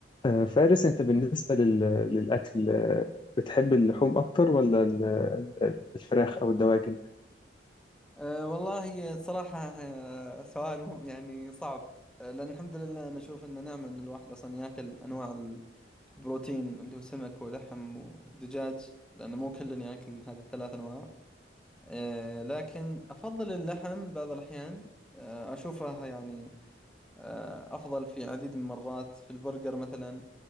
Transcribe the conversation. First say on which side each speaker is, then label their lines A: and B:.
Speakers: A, on the left; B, in the centre.
A: آه، فارس انت بالنسبة لل... للأكل آه، بتحب اللحوم أكتر ولا ال- الفراخ أو الدواجن؟
B: أه والله صراحة أه، سؤال مهم- يعني صعب أه، لأن الحمد لله أنا أشوف إنه نعمة إن الواحد أصلا ياكل أنواع البروتين اللي هو سمك ولحم ودجاج لأنه مو كل ياكل هذه الثلاث أنواع أه لكن أفضل اللحم بعض الأحيان أه أشوفه يعني أه أفضل في عديد من المرات في البرجر مثلا